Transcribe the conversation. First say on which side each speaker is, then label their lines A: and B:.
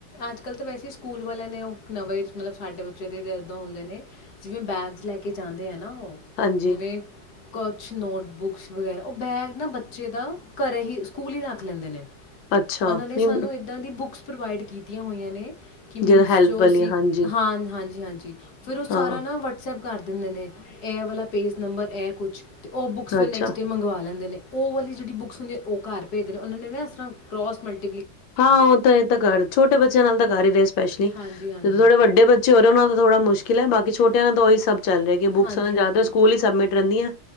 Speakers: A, on the left; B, on the left.
A: ਅੱਜ ਕੱਲ ਤਾਂ ਵੈਸੇ ਈ ਸਕੂਲ ਵਾਲਿਆਂ ਨੇ ਉਹ ਨਵੇਂ ਮਤਲਬ ਸਾਡੇ ਬੱਚੇ ਦੇ ਇਦਾਂ ਹੁੰਦੇ ਨੇ ਜਿਵੇਂ ਬੈਗਜ਼ ਲੈ ਕੇ ਜਾਂਦੇ ਐ। ਨਾ ਉਹ
B: ਹਾਂਜੀ
A: ਜਿਵੇਂ ਕੁਛ ਨੋਟ ਬੁੱਕਸ ਵਗੈਰਾ ਉਹ ਬੈਗ ਨਾ ਬੱਚੇ ਦਾ ਘਰ ਹੀ ਸਕੂਲ ਹੀ ਰੱਖ ਲੈਂਦੇ ਨੇ।
B: ਅੱਛਾ
A: ਉਹਨਾਂ ਨੇ
B: ਨਹੀਂ।
A: ਸਾਨੂੰ ਇੱਦਾਂ ਦੀ ਬੁੱਕਸ ਪ੍ਰੋਵਾਈਡ ਕੀਤੀਆਂ ਹੋਈਆਂ ਨੇ ਕਿ ਮੀਨਸ
B: ਜਿਹੜਾ ਹੈਲਪ
A: ਜੋ
B: ਵਾਲੀ
A: ਅਸੀਂ
B: ਆ, ਹਾਂਜੀ
A: ਹਾਂ ਹਾਂਜੀ-ਹਾਂਜੀ। ਜੀ, ਫਿਰ ਉਹ ਸਾਰਾ
B: ਹਾਂ
A: ਨਾ ਵਟਸਐਪ ਕਰ ਦਿੰਦੇ ਨੇ ਇਹ ਵਾਲਾ ਪੇਜ ਨੰਬਰ ਇਹ ਕੁੱਛ ਤੇ ਉਹ ਬੁੱਕਸ ਫਿਰ
B: ਅੱਛਾ
A: ਨੈਕਸਟ ਡੇ ਮੰਗਵਾ ਲੈਂਦੇ ਨੇ। ਉਹ ਵਾਲੀ ਜਿਹੜੀ ਬੁੱਕਸ ਹੁੰਦੀ ਉਹ ਘਰ ਭੇਜਦੇ ਨੇ ਉਹਨਾਂ ਨੇ ਨਾ ਇਸ ਤਰ੍ਹਾਂ ਕਰੋਸ ਮਲਟ
B: ਹਾਂ, ਉਹ ਤਾਂ ਇਹ ਤਾਂ ਕਰ ਛੋਟੇ ਬੱਚਿਆਂ ਨਾਲ ਤਾਂ ਕਰ ਹੀ <unintelligible> ਸਪੈਸ਼ਲੀ
A: ਹਾਂਜੀ, ਹਾਂਜੀ।
B: ਜਦੋਂ ਥੋੜੇ ਵੱਡੇ ਬੱਚੇ ਹੋਰੇ ਉਹਨਾਂ ਦਾ ਥੋੜਾ ਮੁਸ਼ਕਿਲ ਐ ਬਾਕੀ ਛੋਟਿਆਂ ਦਾ ਤਾਂ ਉਹੀ ਸਭ ਚੱਲ ਰਿਹਾ ਕਿ ਬੁੱਕਸ
A: ਹਾਂਜੀ,
B: ਜ਼ਿਆਦਾ
A: ਹਾਂਜੀ।
B: ਸਕੂਲ ਹੀ ਸਬਮਿਟ ਰਹਿੰਦੀ ਆ